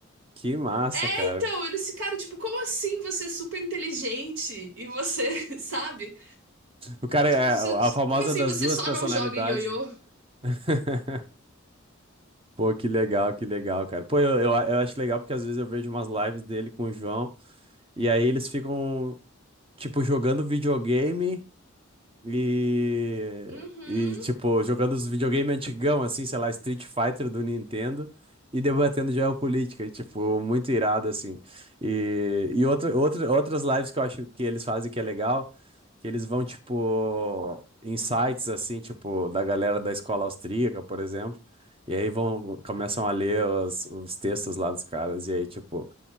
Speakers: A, on the right (about 25°); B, on the right (about 85°).
A: Que massa,
B: É,
A: cara.
B: então, eles ficaram tipo, como assim você é super inteligente e você, <laughs> sabe?
A: O cara é
B: Tipo, você-
A: a famosa
B: como assim
A: das
B: você
A: duas
B: só
A: personalidades.
B: não joga ioiô?
A: <laughs> Pô, que legal, que legal, cara. Pô, eu, eu, eu acho legal porque às vezes eu vejo umas lives dele com o João e aí eles ficam, tipo, jogando videogame E,
B: Uhum.
A: e, tipo, jogando os videogame antigão, assim, sei lá, Street Fighter do Nintendo e debatendo geopolítica, e, tipo, muito irado, assim. E, e outra, outra, outras lives que eu acho que eles fazem que é legal, que eles vão, tipo, em sites, assim, tipo, da galera da escola austríaca, por exemplo, e aí vão, começam a ler os, os textos lá dos caras, e aí, tipo.